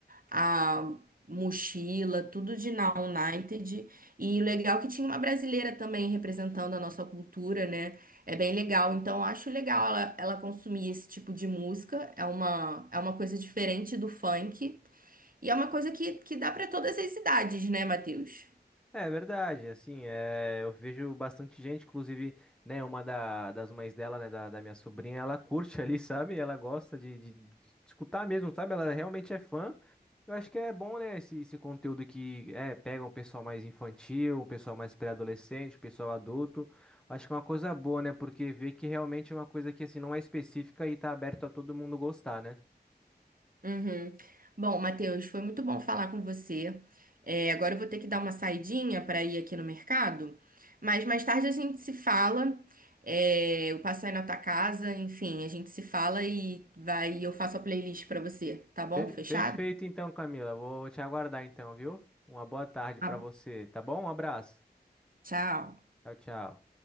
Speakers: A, on the right; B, in the centre.
A: a mochila, tudo de Na United. E legal que tinha uma brasileira também representando a nossa cultura, né? É bem legal. Então, eu acho legal ela, ela consumir esse tipo de música. É uma, é uma coisa diferente do funk. E é uma coisa que, que dá para todas as idades, né, Matheus?
B: É verdade, assim, é, eu vejo bastante gente, inclusive, né, uma da- das mães dela, né, da, da minha sobrinha, ela curte ali, <laughs> sabe? Ela gosta de, de- de escutar mesmo, sabe? Ela realmente é fã. Eu acho que é bom, né, esse, esse conteúdo que, é, pega um pessoal mais infantil, um pessoal mais pré-adolescente, um pessoal adulto. Acho que é uma coisa boa, né, porque vê que realmente é uma coisa que, assim, não é específica e tá aberto a todo mundo gostar, né?
A: Uhum. Bom, Matheus, foi muito bom falar com você. É, agora eu vou ter que dar uma saidinha para ir aqui no mercado, mas mais tarde a gente se fala. É, eu passo aí na tua casa, enfim, a gente se fala e vai, eu faço a playlist para você, tá bom?
B: Per-
A: Fechado?
B: perfeito, então, Camila, vou te aguardar, então, viu? Uma boa tarde pra
A: Ah,
B: você, tá bom? Um abraço.
A: tchau.
B: Tchau, tchau.